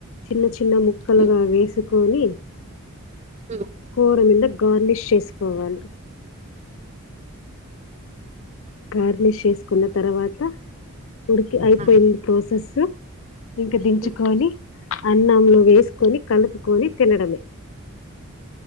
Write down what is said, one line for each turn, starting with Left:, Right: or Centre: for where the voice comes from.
Left: చిన్న చిన్న ముక్కలుగా
Right: ఉమ్
Left: వేసుకొని
Right: ఉమ్
Left: కూర మింద గార్నిష్ చేసుకోవాలి కార్నిష్ చేసుకున్న తర్వాత ఉడికి అయిపోయింది
Right: ఆ
Left: ప్రాసెస్సు ఇంక దించుకొని
Right: ఉమ్
Left: అన్నంలో వేసుకొని కలుపుకొని తినడమే